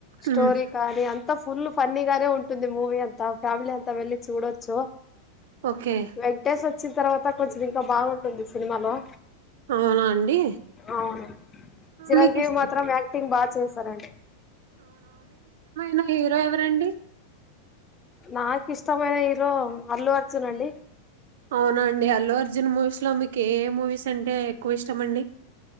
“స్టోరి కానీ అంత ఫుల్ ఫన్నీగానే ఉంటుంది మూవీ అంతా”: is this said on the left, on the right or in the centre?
Left